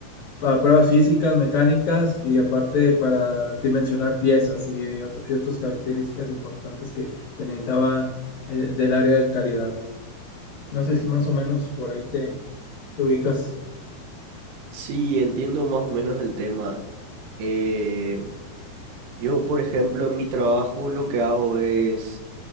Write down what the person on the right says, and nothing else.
Sí, entiendo más o menos el tema. Eh, yo, por ejemplo, en mi trabajo lo que hago es,